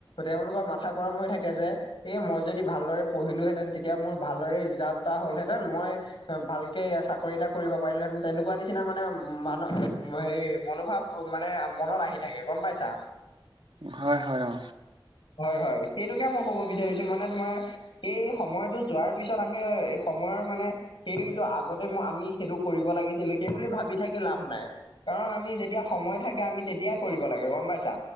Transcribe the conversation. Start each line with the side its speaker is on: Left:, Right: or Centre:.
Left: তেওঁলোকৰ মাথা গৰম হৈ থাকে যে এই মই যদি ভালদৰে পঢ়িলোহেঁতেন তেতিয়া মোৰ। ভালদৰে ৰিজাল্ট এটা হ'লহেঁতেন মই। ভালকে চাকৰি এটা কৰিব পাৰিলে হেঁতেন তেনেকুৱা নিচিনা মানে মান হেৰি মনোভাৱ। অ মানে মনত আহি থাকে গম পাইছা।
Right: হয় হয় অ।
Left: হয় হয় সেইটোকে মই ক'ব বিচাৰিছো মানে তোমাৰ এই সময়টো। যোৱাৰ পিছত আমি এই সময়ৰ মানে। সেইটো আগতে মই আমি সেইটো কৰিব লাগিছিলো সেইবুলি ভাবি থাকি লাভ নাই। কাৰণ আমি যেতিয়া সময় থাকে আমি তেতিয়াই কৰিব লাগে গম পাইছা।